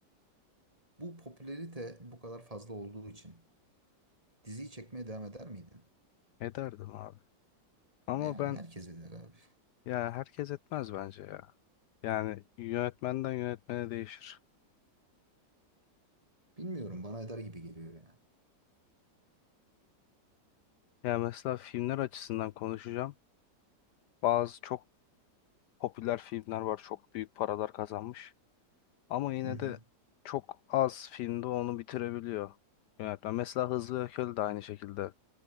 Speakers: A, on the right; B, on the left.
A: Bu popülerite bu kadar fazla olduğu için diziyi çekmeye devam eder miydin?
B: Ederdim abi. Ama
A: Yani
B: ben
A: herkes eder abi.
B: ya herkes etmez bence ya. Yani yönetmenden yönetmene değişir.
A: Bilmiyorum bana eder gibi geliyor ya.
B: Ya mesela filmler açısından konuşacağım. Bazı çok popüler filmler var çok büyük paralar kazanmış. Ama yine
A: Hı hı.
B: de çok az filmde onu bitirebiliyor yönetmen. Mesela Hızlı ve Öfkeli de aynı şekilde